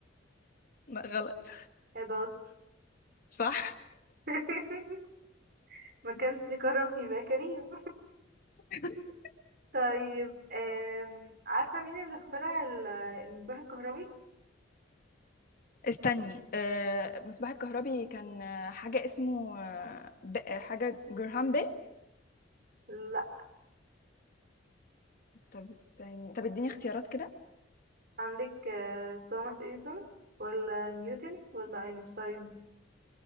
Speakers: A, on the left; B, on the right.
A: لا غلط
B: 11
A: صح
B: <laughs> ما كانش كرم يبقى كريم
A: <laughs>
B: طيب آم، عارفة مين اللي اخترع ال- المصباح الكهربي؟
A: استني آه، مصباح الكهربي كان آه، حاجة اسمه آه، ب- آه، حاجة جرهام بيل
B: لا
A: طب استني طب اديني اختيارات كده
B: عندك آه، توماس اديسون ولا نيوتن ولا اينشتاين